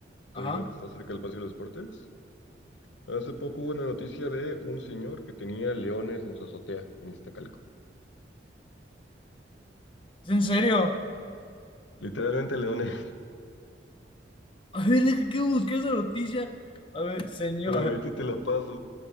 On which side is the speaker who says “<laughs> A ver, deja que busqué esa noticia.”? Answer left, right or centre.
Left